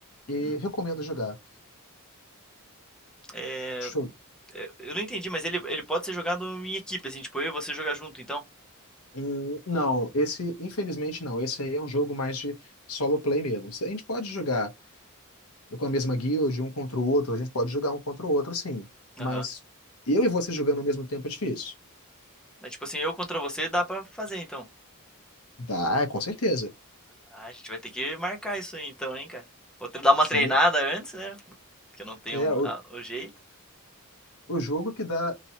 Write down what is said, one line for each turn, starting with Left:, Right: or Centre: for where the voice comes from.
Left: E
Centre: Uhum.
Left: recomendo jogar.
Centre: É,
Left: Deixa eu-
Centre: é, eu não entendi, mas ele, ele pode ser jogado em equipe, assim, tipo, eu e você jogar junto, então.
Left: Hum, Não, esse, infelizmente não. Esse aí é um jogo mais de solo play mesmo. A gente pode jogar com a mesma guild, um contra o outro, a gente pode jogar um contra o outro, sim. Mas
Centre: Aham.
Left: eu e você jogando ao mesmo tempo é difícil.
Centre: Mas tipo assim, eu contra você dá pra fazer, então.
Left: Dá, com certeza.
Centre: Ah, a gente vai ter que marcar isso aí, então, hein, cara. Vou ter- que dar uma
Left: Sim.
Centre: treinada antes, né? Porque eu não tenho
Left: É, o,
Centre: a- o jeito.
Left: o jogo que dá.